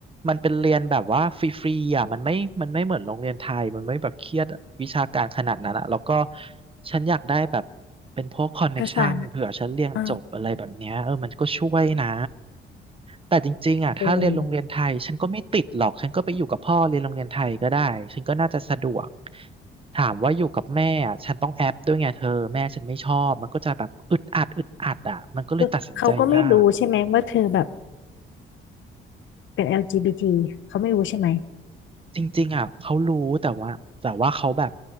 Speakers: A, on the right; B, on the left.
A: มันเป็นเรียนแบบว่าฟรีๆอ่ะมันไม่มันไม่เหมือนโรงเรียนไทย มันไม่แบบเครียดวิชาการขนาดนั้นอะแล้วก็ฉันอยากได้แบบเป็นพวกคอนเน็กชันเผื่อฉันเรียนจบอะไรแบบเนี้ยเออมันก็ช่วยนะ
B: ภาษาอ่า
A: แต่จริงๆอ่ะถ้าเรียนโรงเรียนไทย
B: เออ
A: ฉันก็ไม่ติดหรอก ฉันก็ไปอยู่กับพ่อเรียนโรงเรียนไทยก็ได้ ฉันก็น่าจะสะดวก ถามว่าอยู่กับแม่อ่ะฉันต้องแอปด้วยไงเธอ แม่ฉันไม่ชอบ มันก็จะแบบอึดอัดอึดอัดอ่ะมันก็เลยตัดสินใจยาก
B: คือเขาก็ไม่รู้ใช่ไหมว่าเธอแบบเป็น LGBT เขาไม่รู้ใช่ไหม
A: จริงๆอ่ะเขารู้แต่ว่าแต่ว่าเขาแบบ